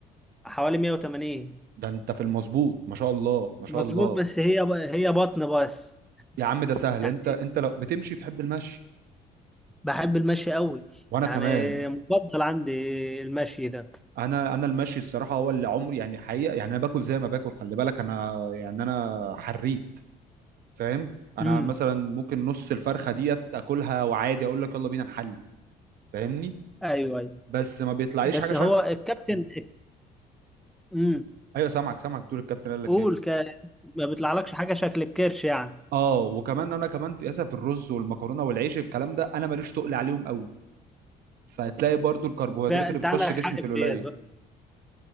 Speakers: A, in the centre; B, on the right.
A: حوالي 180
B: ده انت في المظبوط ما شاء الله ما شاء
A: مظبوط
B: الله
A: بس هي ب... هي بطن بس
B: يا عم ده سهل
A: يعني
B: انت انت لو بتمشي بتحب المشي
A: بحب المشي قوي
B: وانا
A: يعني
B: كمان
A: مفضل عندي المشي ده
B: انا انا المشي الصراحه هو اللي عمري يعني حقيقه يعني انا باكل زي ما باكل خلي بالك انا يعني انا حريت فاهم انا
A: امم
B: مثلا ممكن نص الفرخه ديت اكلها وعادي اقول لك يلا بينا نحلي فاهمني
A: ايوه ايوه
B: بس ما بيطلعليش
A: بس
B: حاجه شر...
A: هو الكابتن
B: أمم.
A: امم
B: ايوه سامعك سامعك بتقول الكابتن قال لك
A: قول
B: ايه
A: ك... ما بيطلعلكش حاجه شكل الكرش يعني
B: اه وكمان انا كمان في اسف في الرز والمكرونه والعيش الكلام ده انا ماليش تقل عليهم قوي فهتلاقي برضو الكربوهيدرات
A: فانت
B: اللي بتخش
A: عندك
B: جسمي
A: حق
B: في
A: في
B: القليل
A: ديت بقى